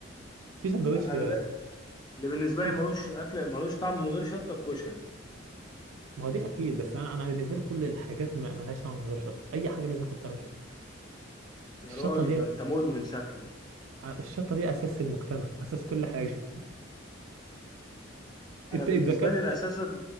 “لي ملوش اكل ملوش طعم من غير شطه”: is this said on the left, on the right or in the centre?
Left